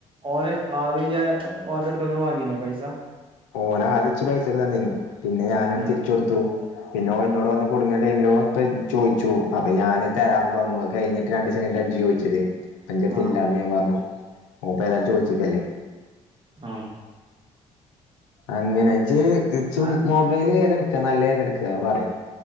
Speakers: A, on the right; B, on the left.
A: ഓന് ആറയ്യാ ഓന്റട്ത്ത്ന്ന് വാങ്ങിനോ പൈസ
B: ഓന് ആദ്യച്ച് പൈസക്കെ തന്നീ നു പിന്നെ ഞാന ഓന്
A: ഉം
B: തിരിച്ചു കൊടുത്തു പിന്നെ ഓന് ഇന്നോട് വന്ന് കുടുങ്ങിയ ടൈമില് ചോയിച്ചു അപ്പൊ ഞാന് തരാന്ന് പറഞ്ഞു കഴിഞ്ഞിട്ട് രണ്ടിസ കഴിഞ്ഞിട്ട ഇജ് ചോയി ച്ചത് അന്റടുത്തില്ലാന്ന്
A: ആഹ്
B: ഞാൻ പറഞ്ഞു ഓപ്പ ഏതാലും ചോദിച്ചിക്കല്ലേ
A: ആ
B: അങ്ങനെ ജ് തിരിച്ചും
A: അഹ്
B: മൊബൈല് ഏതെടുക്ക നല്ല എടുക്ക പറയ്